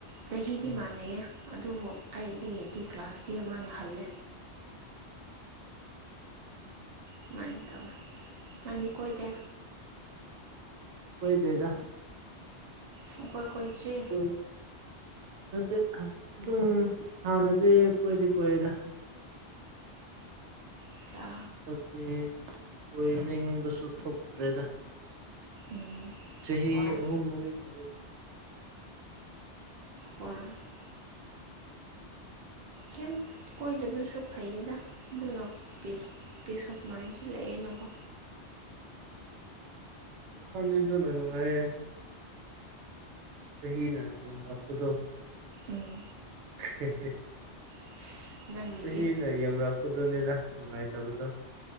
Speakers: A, on the right; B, on the right.
A: ꯆꯍꯤꯗꯤ
B: ꯎꯝ
A: ꯃꯥꯟꯅꯩꯌꯦ ꯑꯗꯨꯕꯨ ꯑꯩꯗꯤꯗꯤ ꯀ꯭ꯂꯥꯁꯇꯤ ꯃꯅꯥ ꯍꯜꯂꯦ ꯁꯨꯃꯥꯏꯅ ꯇꯧꯋꯦ ꯅꯪꯗꯤ ꯀꯣꯏꯗꯦ
B: ꯀꯣꯏꯗꯦꯗ
A: ꯁꯨꯡꯀꯣꯏ ꯀꯣꯏꯗ꯭꯭ꯔꯤ
B: <unintelligible> ꯅꯠꯇꯦ ꯑꯗꯨꯝ ꯍꯥꯟꯅꯗꯤ ꯀꯣꯏꯗꯤ ꯀꯣꯢꯗ
A: ꯑꯆꯥ
B: ꯍꯧꯖꯤꯛꯇꯤ ꯀꯣꯢꯅꯤꯡꯕꯁꯨ ꯊꯣꯛꯇ꯭ꯔꯦꯗ
A: ꯎꯝ
B: ꯆꯍꯤ
A: ꯍꯣꯏ
B: ꯑꯍꯨꯝ ꯃꯔꯤꯁꯨ
A: ꯍꯔ <inaudible> ꯀꯩꯝ ꯀꯣꯏꯗꯕꯁꯨ ꯐꯩꯌꯦꯗ ꯑꯗꯨꯅ ꯄꯤꯁ ꯄꯤꯁ ꯑꯣꯐ ꯃꯥꯏꯟꯁꯨ ꯂꯩꯑꯦꯅꯀꯣ
B: ꯋꯥꯈꯥꯜꯗꯤ ꯑꯗꯨꯅ ꯅꯨꯡꯉꯥꯏꯌꯦ ꯆꯍꯤꯅ ꯌꯥꯝꯂꯛꯄꯗꯣ
A: ꯎꯝ
B: <inaudible>
A: ꯑꯁ ꯅꯪꯒꯤꯗꯤ
B: ꯆꯍꯤꯅ ꯌꯥꯝꯔꯛꯄꯗꯣꯅꯦꯗ ꯅꯨꯡꯉꯥꯏꯇꯕꯗꯣ